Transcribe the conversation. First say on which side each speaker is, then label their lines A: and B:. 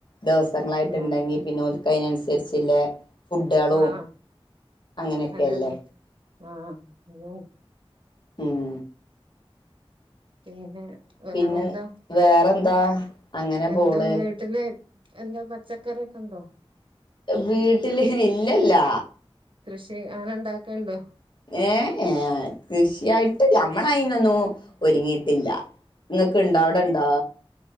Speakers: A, on the left; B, on the right.
A: ദിവസങ്ങളായിട്ടുണ്ടെങ്കി
B: ആഹ്
A: പിന്നെ ഓൽക്കയ്നൻസര്ച്ച്ള്ളേ ഫുഡ്ളും
B: ആഹ്
A: അങ്ങനെക്കേല്ലേ.
B: അതാണ് ആഹ് <unintelligible>
A: ഉം.
B: പിന്നെ
A: പിന്നെ
B: വേറേന്താ?
A: വേറെന്താ അങ്ങനെ
B: എന്താ
A: പോണ്
B: വീ ട്ടില് എന്താ പച്ചക്കറിയൊക്കണ്ടോ?
A: വീട്ടില് ഹേയ് ഇല്ലല്ലാ.
B: കൃഷി അങ്ങനെണ്ടാക്കല്ണ്ടോ?
A: ഏഹ് ഏയ് കൃഷിയായിട്ട് ഞമ്മളയ്നൊന്നും ഒരുങ്ങീട്ടില്ലാ. നിങ്ങക്ക്ണ്ടോ അവടണ്ടോ?